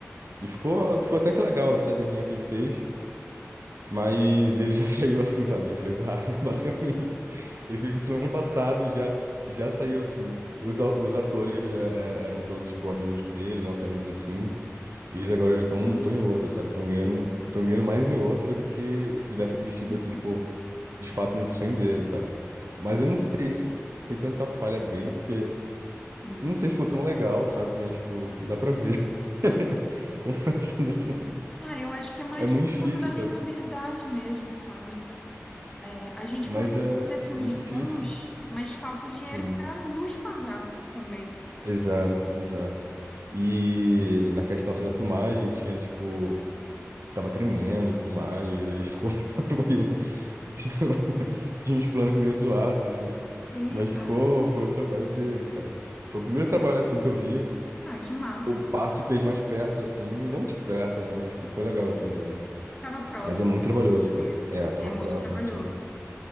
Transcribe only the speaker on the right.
E ficou, ficou até que legal a sériezinha que ele fez, mas ele já <laughs> saiu assim, sabe? Já saiu da área, <laughs> basicamente. Ele fez isso ano passado, já, já saiu assim. Os, a- os atores já é, eram todos, tipo, amigos dele, nossos amigos assim. E eles agora já estão
tão em outra, sabe? Estão ganhando, estão ganhando mais em outra do que se tivessem investido,
assim, tipo, de fato no sonho dele, sabe? Mas eu não sei se foi tanta falha dele, porque
eu não sei se ficou tão legal, sabe? Mas, tipo, dá pra ver. <laughs> Confessando assim,
é muito
difícil,
sabe?
Mas
é
bem
difícil.
Sim,
exato, exato. E na questão, assim, da filmagem, tinha, tipo. tava tremendo e tudo mais, daí ficou, <laughs> ficou meio, tinha, tinha uns planos meio zoados, assim,
mas ficou, foi o trabalho dele, cara. Foi o primeiro trabalho, assim, que eu vi,
o passe fez mais perto, assim, não de perto, né, mas, tipo, foi legal, assim, de ver.
Mas é muito
trabalhoso,
cara.
É, tava
próximo,
assim.